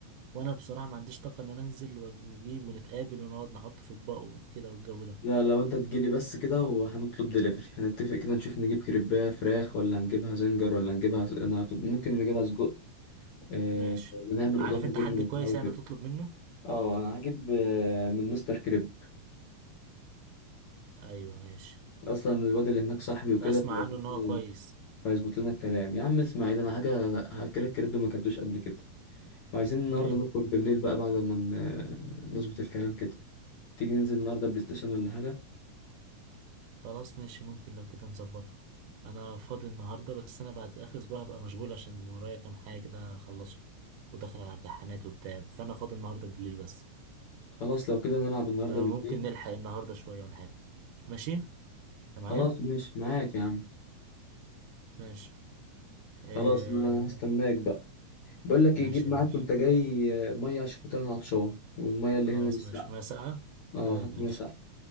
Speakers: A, on the right; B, on the left.
A: وانا بصراحة ما عنديش طاقة ان انا انزل وأج- واجيب ونتقابل ونقعد نحط في اطباق وكده والجو ده
B: لا لو انت تجيلي بس كده وهنطلب دليفري هنتفق كده نشوف نجيب كريباه فراخ ولا هنجيبها زنجر ولا هنجيبها س... انا هاخد- ممكن نجيبها سجق اه...
A: ماشي
B: ونعمل
A: عارف
B: اضافه
A: انت
B: جبنه
A: حد
B: وبتاع
A: كويس
B: وكده
A: يعني تطلب منه
B: اه انا هجيب آه، من مستر كريب
A: ايوه ماشي
B: اصلا الواد اللي هناك صاحبي وكده
A: اسمع
B: فهيظبط
A: عنه ان هو
B: لنا
A: كويس
B: فهيظبط لنا الكلام يا عم اسمع ايه ده انا حاجه هاكلك كريب ما اكلتوش قبل كده وعايزين النهارده
A: جامد
B: نخرج بالليل بقى بعد ما ن- آه، نظبط الكلام كده تيجي ننزل النهارده بلاي ستيشن ولا حاجة
A: خلاص ماشي ممكن لو كده نظبطها انا فاضي النهاردة بس انا بعد اخر اسبوع هبقى مشغول عشان ورايا كام حاجة كده اخلصه وداخل على امتحانات وبتاع فانا فاضي النهاردة بالليل بس
B: خلاص لو كده نلعب النهارده
A: فممكن
B: بالليل
A: نلحق النهاردة شوية ولا حاجة ماشي انت معايا
B: خلاص ماشي معاك يا عم
A: ماشي آه...
B: خلاص انا هستناك بقى بقول لك
A: ماشي
B: ايه جيب معاك
A: ماشي
B: وانت جاي آه، مية عشان خاطر انا عطشان والمية اللي
A: خلاص
B: هنا نسقع
A: ماشي ما ساعة
B: اه
A: طيب ماشي
B: هات ساعة